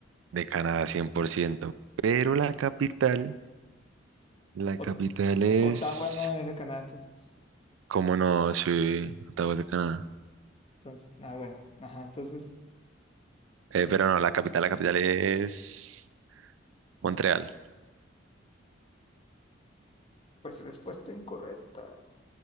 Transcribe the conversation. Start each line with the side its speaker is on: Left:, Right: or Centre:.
Right: de Canadá 100%, pero la capital, la
Left: O-
Right: capital es...
Left: Ottawa no es de Canadá, entonces.
Right: ¿Cómo no? Sí, Ottawa es de Canadá.
Left: Entonces, ah, bueno, ajá, entonces,
Right: Eh, pero no, la capital, la capital es Montreal.
Left: pues respuesta incorrecta.